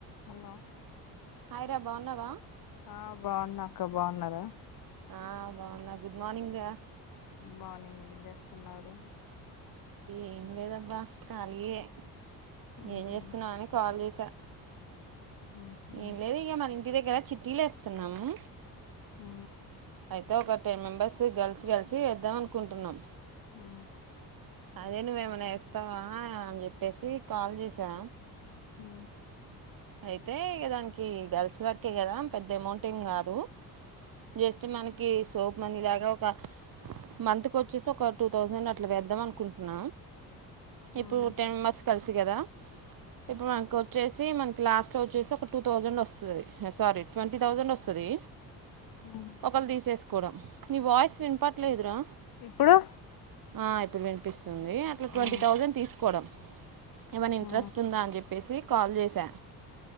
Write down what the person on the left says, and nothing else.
hello
ఆ బావున్న అక్క బావున్నారా
గుడ్ మార్నింగ్ ఏం చేస్తున్నారు
ఉహు
ఊహు
ఆ
ఉ
హ
ఉ
ఉ
ఇప్పుడు
ఉ
ఉ